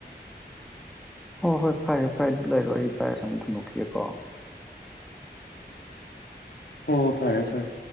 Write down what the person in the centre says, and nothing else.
ꯍꯣ ꯍꯣꯏ ꯐꯔꯦ ꯐꯔꯦ ꯗꯤ ꯂꯩꯔꯣ ꯑꯩ ꯆꯥꯛ ꯏꯁꯤꯡ ꯊꯨꯡꯗꯣꯛꯈꯤꯒꯦꯀꯣ